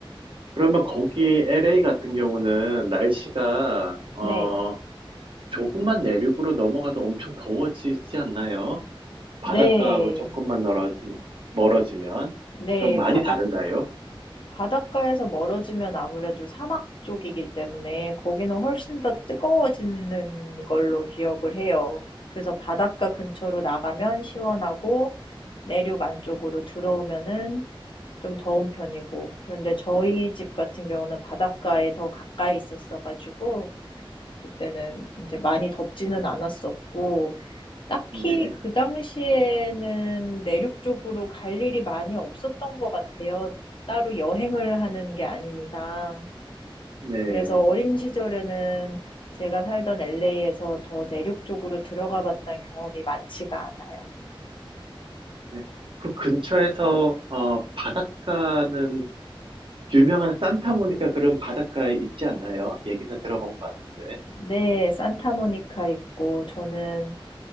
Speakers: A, on the right (about 65°); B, on the left (about 60°).
A: 그러면 거기 LA 같은 경우는 날씨가, 어,
B: 네.
A: 조금만 내륙으로 넘어가도 엄청 더워지지 않나요? 바닷가하고
B: 네,
A: 조금만 멀어지, 멀어지면.
B: 네,
A: 좀 많이
B: 바닷,
A: 다른가요?
B: 바닷가에서 멀어지면 아무래도 사막 쪽이기 때문에 거기는 훨씬 더 뜨거워지는 걸로 기억을 해요. 그래서 바닷가 근처로 나가면 시원하고 내륙 안쪽으로 들어오면은 좀 더운 편이고. 그런데 저희 집 같은 경우는 바닷가에 더 가까이 있었어가지고 그때는 이제 많이 덥지는 않았었고 딱히
A: 네.
B: 그 당시에는 내륙 쪽으로 갈 일이 많이 없었던 것 같아요. 따로 여행을 하는 게 아닌 이상.
A: 네.
B: 그래서 어린 시절에는 제가 살던 LA에서 더 내륙 쪽으로 들어가 봤던 경험이 많지가 않아요.
A: 네. 그 근처에서, 어, 바닷가는 유명한 산타모니카 그런 바닷가에 있지 않나요? 얘기는 들어본 것 같은데.
B: 네, 산타모니카 있고, 저는